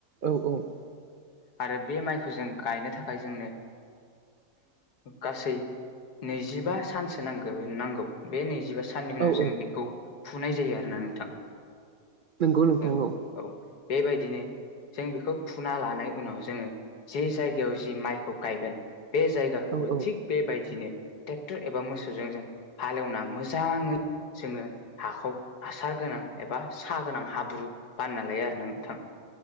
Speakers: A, on the right (about 75°); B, on the left (about 80°).
A: औ औ।
B: आरो बे माइखौ जों गायनो थाखाय जोंनो गासै नैजिबा सानसो नांगौ नांगौ बे नैजिबा साननि उनाव
A: औ
B: जों बेखौ फुनाय जायो आरोो <unintelligible> ना नोंथां
A: नंगौ नोंथांऔ
B: औ
A: <unintelligible>
B: औ बेबायदिनो जों बेखौ फुना लानाय उनाव जोङो जे जायगायाव जि माइखौ गायगोन। बे जायगाखौबो
A: औ औ
B: थिग बेबायदिनो ट्रेक्टर एबा मोसौ जों हालेवना मोजाङै जोङो हाखौ हासार गोनां एबा स गोनां हाब्रु बानना लायो आरोो ना नोंथां।